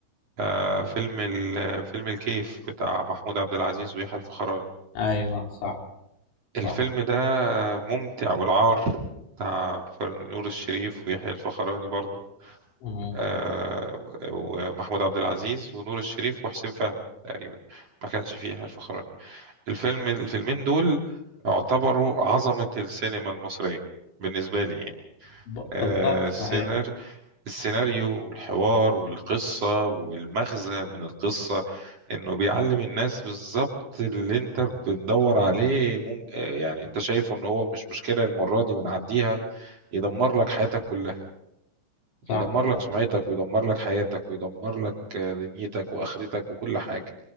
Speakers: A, on the right (about 40°); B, on the left (about 80°).
A: آه، فيلم ال- فيلم الكيف بتاع محمود عبد العزيز ويحيى الفخراني
B: ايوه صح صح
A: الفيلم ده ممتع والعار بتاع فر- نور الشريف ويحيى الفخراني برضو
B: امم
A: آه، ومحمود عبد العزيز ونور الشريف وحسين فهمي تقريبا ما كانش فيه يحيى الفخراني الفيلم الفيلمين دول اعتبروا عظمة السينما المصرية بالنسبة لي يعني
B: ب...
A: آه،
B: بالضبط صحيح
A: سيناريو السيناريو والحوار والقصة والمغزى من القصة انه بيعلم الناس بالظبط اللي انت بتدور عليه مم... آه، يعني انت شايفه ان هو مش مشكلة المرة دي ونعديها يدمر لك حياتك كلها
B: صح
A: يدمر
B: صح
A: لك سمعتك ويدمر لك حياتك ويدمر لك آه، دنيتك واخرتك وكل حاجة